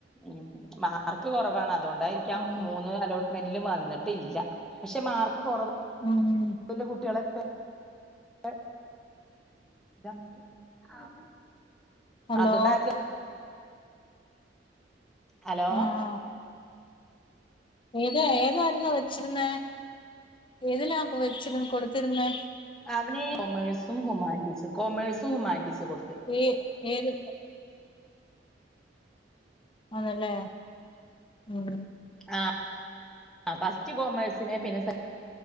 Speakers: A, in the centre; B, on the left.
A: ഉം മാർക്ക് കൊറവാണ് അതൊണ്ടായിരിക്കാം
B: ഉം
A: മൂന്ന് അലോട്ട് മെൻ്റിലും വന്ന്ട്ടില്ല പഷേ മാർക്ക്‌ കൊറവ്
B: ആണ്
A: ഇല്ലെ കുട്ട്യേളൊക്കെ <unintelligible>
B: ഹലോ
A: അതൊണ്ടാ <unintelligible> ഹലോ
B: ആഹ് ആഹ് ഏത ഏതായിര്ന്ന് വെച്ചിര്ന്നേ ഏതിലാ വെച്ചിരന്ന കൊട്ത്തിര്ന്നെ?
A: അവനീ കൊമേഴ്സും ഹുമാൻറ്റീസും കൊമേഴ്സും ഹുമാൻറ്റീസും കൊട്ത്ത്
B: ഏഹ് ഏത് അതെല്ലേ ഉം
A: ആഹ് ഫസ്റ്റ് കോമേഴ്സിന് പിന്നെ സെ